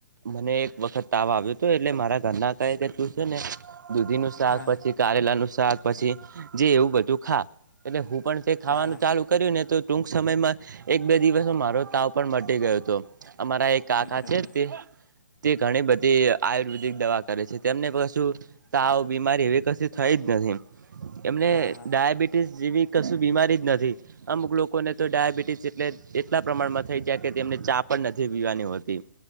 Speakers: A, on the right (about 85°); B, on the left (about 90°).
A: મને એક વખત તાવ આવ્યો હતો એટલે મારા ઘરના. કહે ને દૂધી નું શાક
B: હા
A: પછી કારેલા નુ શાક પછી જે એવું બધું ખા એટલે હું. પણ તે
B: હા
A: ખાવાનું
B: હા હા
A: ચાલુ કર્યું ને તો ટૂંક સમયમાં એક બે દિવસ મારો તાવ પણ મટી ગયો હતો. અમારા એક કાકા
B: બરોબર
A: છે તે તે ઘણી બધી આયુર્વેદિક દવા. કરે છે તેમને કશું તાવ બીમારી એવી કસી થઈ જ નથી. એમને
B: હા હા
A: ડાયાબિટીસ જેવી. કશું બીમારી જ નથી અમુક લોકોને તો ડાયાબિટીસ એટલે એટલા પ્રમાણમાં થઈ જાય કે તેમને ચા. પણ નથી પીવાની હોતી